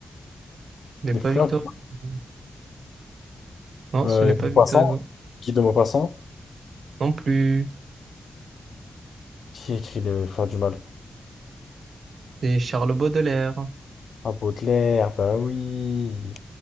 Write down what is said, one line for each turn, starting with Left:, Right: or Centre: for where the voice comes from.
Right: ce n'est
Left: Les
Right: pas
Left: fleurs
Right: Victor
Left: du mal.
Right: Hugo. Non,
Left: Euh,
Right: ce n'est pas
Left: Maupassant,
Right: Victor Hugo.
Left: Guy de Maupassant,
Right: Non plus.
Left: qui écrit les fleurs du mal?
Right: C'est Charles Baudelaire.
Left: Ah, Baudelaire, bah oui.